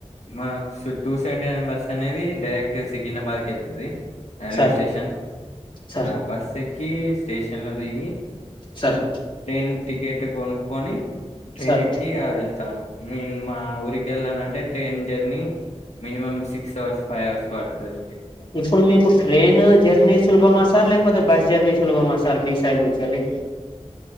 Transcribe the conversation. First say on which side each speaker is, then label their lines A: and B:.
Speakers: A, on the left (about 70°); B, on the left (about 40°).
A: మా so two seventy nine bus అనేది డైరెక్ట్ సికింద్రాబాద్కెళ్తాది రైల్వే
B: సార్
A: స్టేషన్
B: సార్
A: ఆ బస్సు ఎక్కి స్టేషన్ లోదిగి
B: సార్
A: ట్రైన్ టికెట్ కొనుక్కొని ట్రైనేక్కి
B: సార్
A: ఇగ వెళ్తాను నేన్ మా ఊరికి కెళ్ళాలనంటే train journey minimum six hours five hours పడుతుందిండి
B: ఇప్పుడు మీకు ట్రైన్ జర్నీ సులభమా సార్ లేకపోతే బస్ జర్నీ సులభమా సార్ మీ సైడ్ నుంచెల్లి